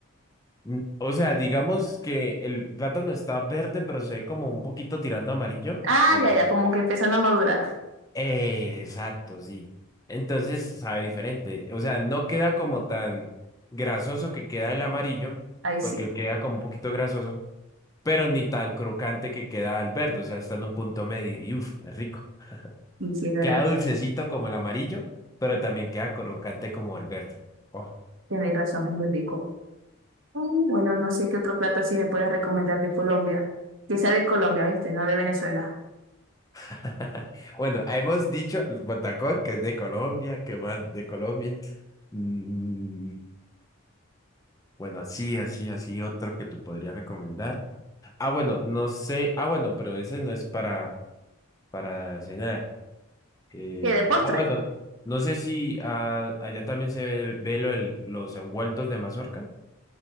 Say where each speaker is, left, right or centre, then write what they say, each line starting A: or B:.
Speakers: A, on the left; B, on the right.
A: Mm, O sea, digamos que el plátano está verde, pero se ve como un poquito tirando amarillo.
B: Ah,
A: en-
B: ya, ya, como que empezando a madurar.
A: Eh, exacto, sí. Entonces sabe diferente. O sea, no queda como tan grasoso que queda el amarillo,
B: Ahí
A: porque
B: sí.
A: él queda como un poquito grasoso, pero ni tan crocante que queda el verde. O sea, está en un punto medio y uf, es rico.
B: Y sí, es verdad.
A: Queda dulcecito como el amarillo, pero también queda crocante como el verde. Oh.
B: Tenéis razón, es muy rico. Mm, Bueno, no sé qué otro plato así me puedes recomendar de Colombia. Que sea de Colombia, ¿viste? No de Venezuela.
A: <laughs> Bueno, hemos dicho el patacón, que es de Colombia, que más de Colombia. Mm, bueno, así, así, así, otro que te podría recomendar. Ah, bueno, no sé. Ah, bueno, pero ese no es para, para cenar. Eh,
B: ¿Qué? ¿De postre?
A: ah, bueno, no sé si ah, allá también se ve, ve lo del- los envueltos de mazorca.